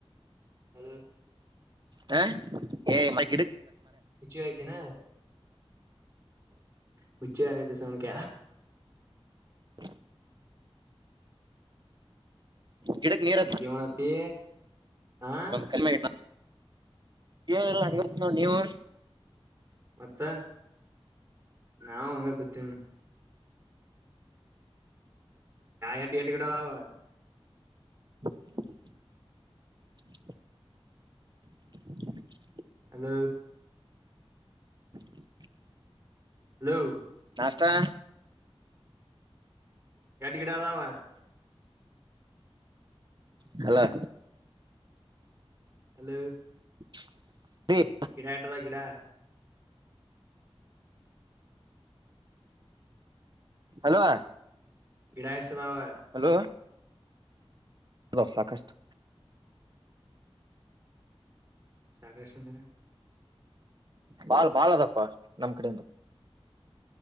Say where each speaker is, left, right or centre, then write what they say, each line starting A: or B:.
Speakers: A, on the right (about 25°); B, on the right (about 45°).
A: ಹಲೋ
B: ಹ ಏ್ ಮೈ
A: ಹುಚಿಯತ ನ ಪುಚ್ಚೆನ ದಸಣ ಕ
B: <inaudible> ಗಿಡಕ್ ನೀರ
A: ಏವಣತಿ ಹಾ
B: ಕಮೆ
A: ಹ
B: ಲ್ಲ ನತ್ ನೋಡಿ ನೀವು
A: ಮ್ಯಾಥೆ ನಾವು ಹಂಗ ಕೂತ ಹೆಟ ಎಟಿಕಡದಾವ
B: <inaudible> <inaudible>
A: ಹಲೋ
B: <inaudible>
A: ಹ್ಹೋ
B: ತ್ತಾ
A: ಎಟ್ ಗಿಡ ಅದಾವ
B: <inaudible> ಹಲೋ
A: ಹಲೋ
B: <inaudible>
A: ಕೆಡಾ ಹಟದ ಕೆಡಾ
B: ಹಲೋ
A: ಗಡಷ್ಟದಾವ
B: ಹಲೋ ಅದ ಸಾಕಷ್ಟು
A: ಸಾಕಷಂದಿನ
B: ಬಾಳ್ ಬಾಳ ಅದಪ್ಪ ನಮ್ ಕಡೆಯಿಂದ